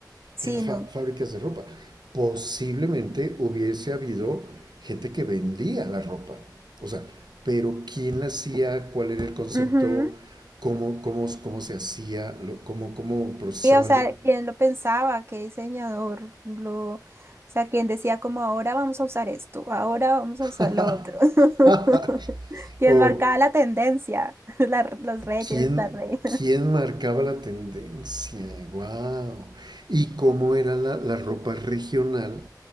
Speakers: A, on the right (about 35°); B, on the right (about 80°).
A: Sí,
B: eran fa-
A: no.
B: fábricas de ropa. Posiblemente hubiese habido gente que vendía la ropa. O sea, pero ¿quién la hacía? ¿Cuál era el concepto?
A: Ujú.
B: ¿Cómo, cómo, cómo se hacía? Lo- ¿Cómo, cómo procesaban?
A: Y, o sea,
B: lo-
A: ¿quién lo pensaba? ¿Qué diseñador? Lo, o sea, ¿quién decía como ahora vamos a usar esto, ahora vamos a usar
B: <laughs>
A: lo otro? <laughs>
B: <laughs>
A: ¿Quién
B: Ok,
A: marcaba la tendencia? <laughs> La- los reyes,
B: ¿Quién,
A: la reina.
B: quién marcaba la tendencia? ¡Wow! Y cómo era la, la ropa regional